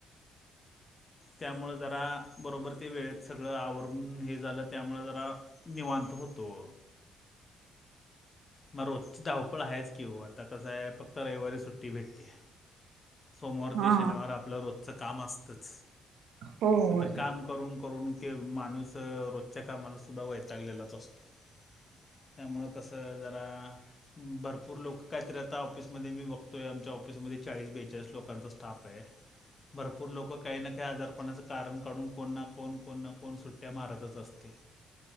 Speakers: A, on the left (about 30°); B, on the right (about 80°).
A: त्यामुळे जरा बरोबर ते वेळेत सगळं आवरून हे झालं त्यामुळ जरा निवांत होतो म रोजची धावपळ आहेच की ओ आता कसं आहे फक्त रविवारी सुट्टी भेटते सोमवार
B: हा
A: ते शनिवार आपलं रोजचं काम असतच
B: हो होय.
A: आता काम करून करून के माणूस अ रोजच्या कामाला सुद्धा वैतागलेलाच असतो त्यामुळं कसं जरा भरपूर लोक कायतरी आता ऑफिसमध्ये मी बघतोय आमच्या ऑफिसमध्ये चाळीस बेचाळीस लोकांचा स्टाफ आहे भरपूर लोक काही ना त्या आजारपणाचं कारण काढून कोणना कोण कोण ना कोण सुट्ट्या मारतच असतय